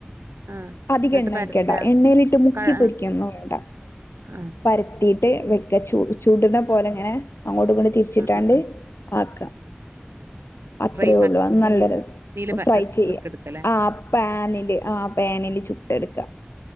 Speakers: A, on the right; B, on the left.
A: ആഹ്
B: അധികം
A: എന്നിട്ട്
B: എണ്ണ
A: പരത്ത
B: ഒഴിക്കണ്ട എണ്ണയിലിട്ട് മുക്കി
A: ക
B: പൊരിക്കുക
A: ആഹ്
B: ഒന്നും വേണ്ട-
A: ആഹ്
B: പരത്തി- എന്നിട്ട് വെക്കുക ചുടു ചുടുണ പോലിങ്ങനെ- അങ്ങോട്ടുമിങ്ങോട്ടും തിരിച്ചിട്ടാണ്ട്
A: ആഹ് ആഹ്
B: ആക്കുക അത്രയേ
A: ഫ്രൈ
B: ഉള്ളൂ അത് നല്ല രസം
A: പാനില് പ
B: ഫ്രൈ ചെയ്യുക
A: ചുട്ടെടുക്കലേ
B: ആ പാനില് പാനില് ചുട്ടെടുക്കുക-